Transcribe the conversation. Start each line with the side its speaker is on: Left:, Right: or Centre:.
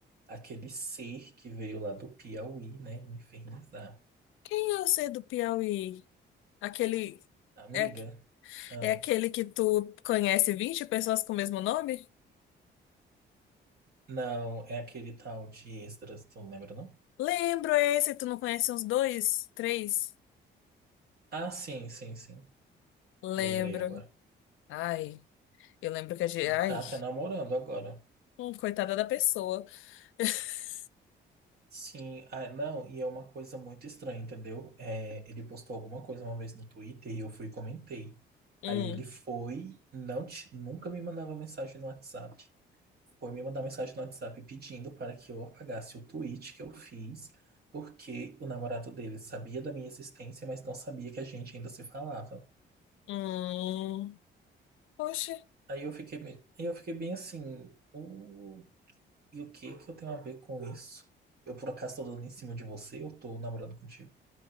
Right: Aquele ser que veio lá do Piauí, né? Me infernizar.
Left: Quem é o C do Piauí? Aquele.
Right: Amiga?
Left: É,
Right: Ah,
Left: É aquele que tu conhece 20 pessoas com o mesmo nome?
Right: não, é aquele tal de Esdras, tu não lembra, não?
Left: Lembro esse, tu não conhece uns dois, três?
Right: Ah, sim, sim, sim.
Left: Lembro.
Right: Lembrei agora.
Left: Ai, eu lembro que a gente. Ai,
Right: Tá até namorando agora.
Left: hum, coitada da pessoa. <laughs>
Right: Sim, ah, não, e é uma coisa muito estranha, entendeu? É, ele postou alguma coisa uma vez no Twitter e eu fui e comentei.
Left: Hum,
Right: Aí ele foi, não, te- nunca me mandava mensagem no WhatsApp. foi me mandar mensagem no WhatsApp pedindo para que eu apagasse o tweet que eu fiz, porque o namorado dele sabia da minha existência, mas não sabia que a gente ainda se falava.
Left: hum. Oxe.
Right: Aí eu fiquei bem, aí eu fiquei bem assim, "Uh, e o que que eu tenho a ver com isso? Eu por acaso tô dando em cima de você? Eu tô namorando contigo?